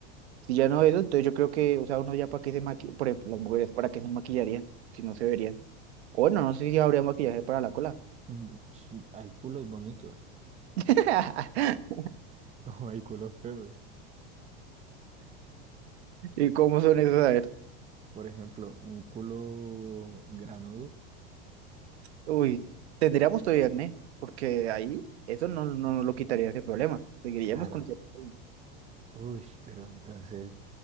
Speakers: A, on the right; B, on the right.
A: Si ya no eso, entonces yo creo que, o sea, uno ya para qué se maquilla, por ejemplo, las mujeres para qué se maquillarían si no se verían. O bueno, no sé si habría maquillaje para la cola.
B: Mm, chu- Hay culos bonitos,
A: <laughs>
B: <laughs> como hay culos feos.
A: ¿Y cómo son esos? A ver,
B: Por ejemplo, un culo granudo,
A: uy, tendríamos todavía acné, porque ahí eso no, no nos lo quitaría ese problema. Seguiríamos
B: claro.
A: con... cierto problema.
B: Uy, pero entonces,